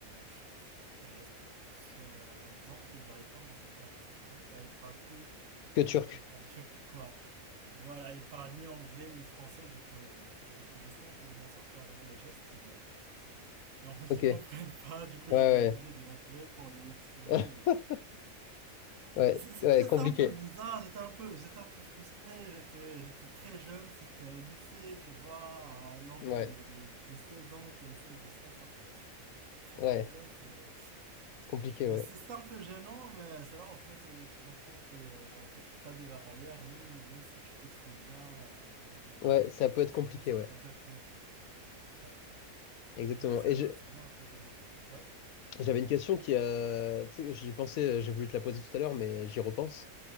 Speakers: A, on the right; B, on the left.
A: que je reste, que je reste seul à la maison, en fait, j'arrive pas à m'en sortir avec ses parents car ils parlent que en,
B: Que
A: tur-
B: turc.
A: en turc, quoi. Voilà, il parle ni anglais ni français, du coup, euh, je- j'essaie un peu de m'en sortir avec les gestes, mais, euh, mais en fait,
B: Ok,
A: ils
B: ouais,
A: comprennent pas, du coup,
B: ouais.
A: j'étais obligé de l'appeler pour lui expliquer,
B: <laughs>
A: mais
B: Ouais,
A: C- C'était
B: ouais, compliqué.
A: c'était un peu bizarre, j'étais un peu, j'étais un peu frustré, j'étais, j'étais très jeune, c'était au lycée, tu vois, un enfant
B: Ouais,
A: de, de, de 16 ans qui essaie de s'en sortir, c'était très
B: ouais,
A: complexe. euh.
B: c'est compliqué,
A: Euh,
B: ouais.
A: C'est c'est un peu gênant, mais c'est là en fait, euh, tu comprends que euh, en fait, t'as des barrières, même, même si tu t'exprimes bien à, à la langue
B: Ouais, ça
A: d'une
B: peut
A: personne,
B: être compliqué,
A: en fait, ça
B: ouais.
A: veut pas dire que... Ouais.
B: Exactement.
A: Mais c'est
B: Et
A: euh,
B: je-
A: c'est bien un peu de... de- Ouais,
B: j'avais une question qui a. Tu sais, j'y pensais, euh, j'ai voulu te la poser tout à l'heure, mais j'y repense.